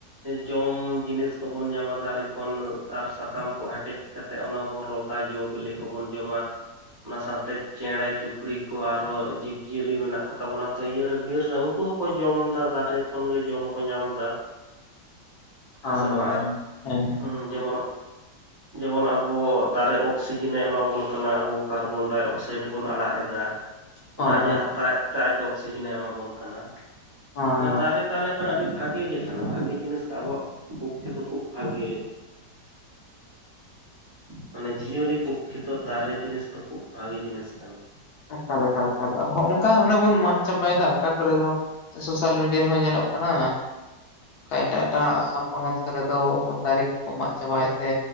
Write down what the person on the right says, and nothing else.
ᱡᱚᱢ ᱡᱤᱱᱤᱥ ᱠᱚᱵᱚᱱ ᱧᱟᱢᱟ ᱫᱟᱨᱮ ᱠᱷᱚᱱ ᱟᱨ ᱥᱟᱠᱟᱢ ᱠᱚ ᱦᱮᱴᱮᱡ ᱠᱟᱛᱮᱫ ᱚᱱᱟ ᱵᱚᱱ ᱨᱚᱜᱟ ᱡᱚ ᱵᱤᱞᱤ ᱠᱚᱵᱚᱱ ᱡᱚᱢᱟ ᱚᱱᱟ ᱥᱟᱶᱛᱮ ᱪᱮᱬᱮ ᱪᱩᱯᱲᱤ ᱠᱚ ᱟᱨᱦᱚᱸ ᱡᱤᱵᱽ ᱡᱤᱭᱟᱹᱞᱤ ᱢᱮᱱᱟᱜ ᱠᱚᱛᱟ ᱵᱚᱱᱟ ᱛᱚ ᱤᱭᱟᱹᱨᱮ ᱵᱤᱨ ᱨᱮ ᱩᱱᱠᱩ ᱦᱚᱸ ᱠᱚ ᱡᱚᱢ ᱫᱟ ᱫᱟᱨᱮ ᱠᱷᱚᱱᱜᱮ ᱡᱚᱢ ᱠᱚ ᱧᱟᱢ ᱫᱟ ᱦᱮᱸ
ᱥᱮ ᱵᱟᱝ ᱟᱨ
<inaudible> ᱡᱮᱢᱚᱱ ᱡᱮᱢᱚᱱ ᱟᱵᱚ ᱫᱟᱨᱮ ᱚᱠᱥᱤᱡᱮᱱ ᱮ ᱮᱢᱟᱵᱚᱱ ᱠᱟᱱᱟ ᱟᱵᱚ ᱠᱟᱨᱵᱚᱱᱰᱟᱭ ᱚᱠᱥᱟᱭᱤᱰ ᱵᱚᱱ ᱟᱲᱟᱜ ᱮᱫᱟ
ᱚᱱᱟ ᱟᱡ
ᱮ ᱦᱟᱛᱟᱣᱮᱫ ᱟᱡ ᱚᱠᱥᱤᱡᱮᱱ ᱮ ᱮᱢᱟ ᱵᱚᱱ ᱠᱟᱱᱟ
ᱢᱟᱱᱮ
ᱫᱟᱨᱮ ᱛᱟᱦᱮᱞᱮᱱ ᱠᱷᱟᱱ ᱟᱹᱰᱤ ᱵᱷᱟᱜᱮ ᱜᱮ ᱠᱟᱱᱟ ᱵᱷᱟᱜᱮ ᱡᱤᱱᱤᱥ ᱜᱮ ᱟᱵᱚᱣᱟᱜ ᱯᱩᱠᱠᱷᱮ ᱫᱚ ᱠᱷᱩᱵ ᱵᱷᱟᱜᱮ ᱢᱟᱱᱮ ᱡᱤᱭᱟᱹᱞᱤ ᱯᱚᱠᱠᱷᱮ ᱫᱚ ᱫᱟᱨᱮ ᱡᱤᱱᱤᱥ ᱫᱚ ᱠᱷᱩᱵ ᱵᱷᱟᱜᱮ ᱡᱤᱱᱤᱥ ᱠᱟᱱᱟ